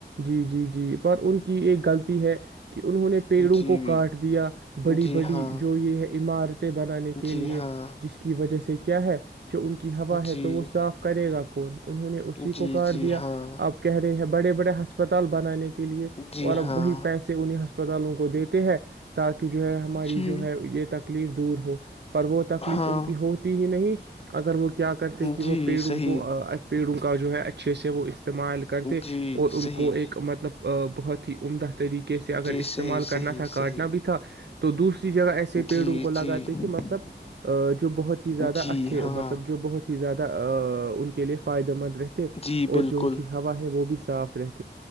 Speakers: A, on the right; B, on the left.
A: جی جی جی پر ان کی ایک غلطی ہے کہ کہ انہوں نے پیڑوں
B: جی
A: کو کاٹ دیا بڑی
B: جی
A: بڑی
B: ہاں
A: جو یہ ہے عمارت بنانے کے
B: جی
A: لئے
B: ہاں
A: جس کی وجہ سے کہ کیا ہے جو ان کی ہوا ہے
B: جی
A: تو وہ صاف کرے گا کون انہوں نے اسی
B: جی
A: کو کاٹ
B: جی
A: دیا
B: ہاں
A: آپ کہہ رہے ہیں بڑے بڑے ہسپتال بنانے کے لیے
B: جی
A: اور اب
B: ہاں
A: وہی پیسے انہیں ہاسپٹ تالوں کو دیتے ہیں تاکہ کہ جو ہے ہماری
B: جی
A: جو ہے یہ تکلیف دور ہو <unintelligible> پر وہ تکلیف
B: ہاں
A: ان کی ہوتی ہی نہیں اگر وہ <unintelligible> کیا کرتے کہ
B: جی
A: وہ پیڑوں
B: صحیح
A: کو پیڑوں کا جو ہے اچھے سے وہ استعمال کرتے
B: جی
A: اور ان
B: صحیح
A: کو ایک مطلب بہت ہی عمدہ طریقے سے اگر
B: جی
A: استعمال
B: صحیح
A: کرنا
B: صحیح
A: تھا
B: صحیح
A: کاٹنا بھی تھا تو دوس جگہ ایسے پیڑوں
B: جی
A: کو لگاتے
B: جی
A: کہ مطلب جو بہت ہی زیادہ
B: جی
A: اچ
B: ہاں
A: مطلب جو بہت ہی زیادہ ان کے لیے فائدہ مند رہتے
B: جی بالکل
A: اور جو ان کی ہوا ہے وہ بھی صاف فت